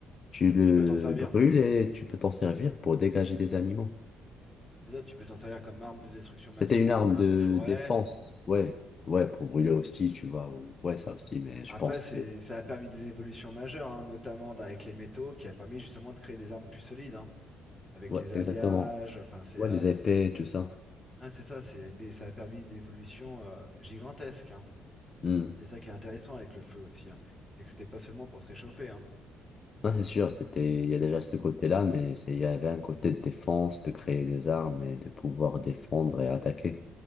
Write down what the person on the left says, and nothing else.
tu le
brûles et tu peux t'en servir pour dégager des animaux.
C'était une
arme
de
défense, ouais. Ouais, pour brûler aussi, tu vois. ou- Ouais, ça aussi, mais je
pense
que...
Ouais,
exactement.
Ouais,
les épées, tout ça.
Hmm.
Non, c'est sûr, c'était, il y a déjà ce côté-là, mais c'est, il y avait un côté de défense, de créer des armes et de pouvoir défendre et attaquer.